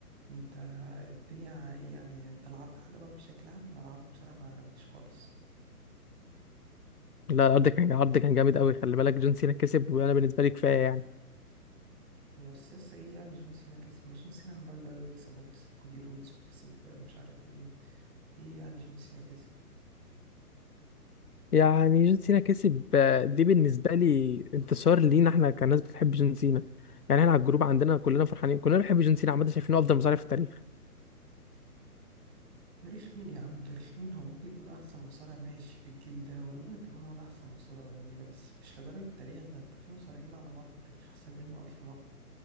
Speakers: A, on the right (about 40°); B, on the left (about 70°).
A: انت الدنيا ايه يعني انت العرض عجبك بشكل عام انا العرض بصراحه ما عجبنيش خالص
B: لا العرض كان العرض كان جامد قوي خلي بالك جون سينا كسب وانا بالنسبه لي كفايه يعني
A: بس لسه ايه يعني جون سينا كسب ما جون سينا عمال بقاله يكسب وكسب كودي رودز وكسب مش عارف مين ايه يعني جون سينا كسب
B: يعني جون سينا كسب آه، دي بالنسبه لي انتصار لينا احنا كناس بتحب جون سينا يعني احنا على الجروب عندنا كلنا فرحانين كلنا بنحب جون سينا عامه شايفينه افضل مصارع في التاريخ
A: تاريخ مين يا عم تاريخ مين هو ممكن يكون احسن مصارع ماشي في الجيل ده والله كمان ولا احسن مصارع ولا نيله بس مش لدرجه التاريخ ده انت في مصارعين على مر التاريخ احسن منه الف مره